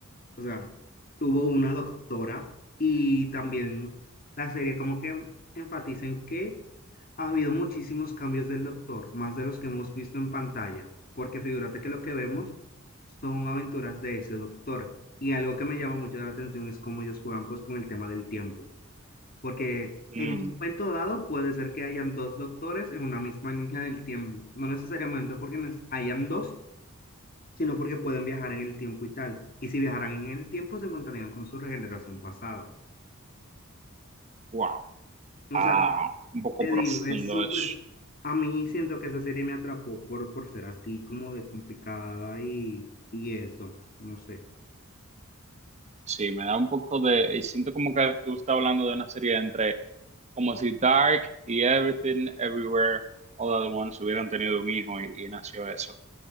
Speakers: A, on the left; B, on the right.
A: O sea, tuvo una doctora y también la serie como que enfatiza en que ha habido muchísimos cambios del doctor, más de los que hemos visto en pantalla, porque figúrate que lo que vemos son aventuras de ese doctor. Y algo que me llama mucho la atención es cómo ellos juegan pues con el tema del tiempo, porque
B: Mm,
A: en un momento dado puede ser que hayan dos doctores en una misma línea del tiempo, no necesariamente porque nes- hayan dos, sino porque pueden viajar en el tiempo y tal. Y si viajaran en el tiempo, se encontrarían con su regeneración pasada.
B: wow.
A: O
B: Ah,
A: sea,
B: un poco
A: te
B: profundo
A: digo, es súper...
B: eso.
A: A mí siento que esa serie me atrapó por, por ser así como de complicada y, y eso, no sé.
B: Sí, me da un poco de... Y siento como que tú estás hablando de una serie entre como si Dark y Everything Everywhere All at Once hubieran tenido un hijo y, y nació eso.